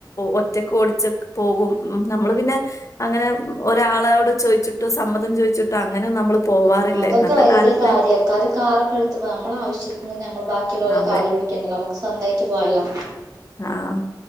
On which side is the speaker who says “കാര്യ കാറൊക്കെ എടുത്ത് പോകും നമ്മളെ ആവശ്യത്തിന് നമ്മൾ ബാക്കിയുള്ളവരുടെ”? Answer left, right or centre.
Right